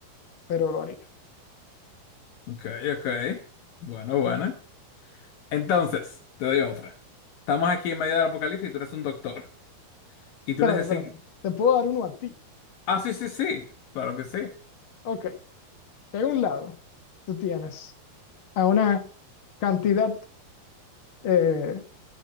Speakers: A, on the left (about 85°); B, on the left (about 70°).
A: pero lo haría.
B: Ok, ok. Bueno, bueno. Entonces, te doy otra. Estamos aquí en medio del apocalipsis y tú eres un doctor. Y
A: Espérate,
B: tú necesitas...
A: espérate. Te puedo dar uno a ti.
B: Ah, sí, sí, sí. Claro que sí.
A: Ok. De un lado, tú tienes a una cantidad eh,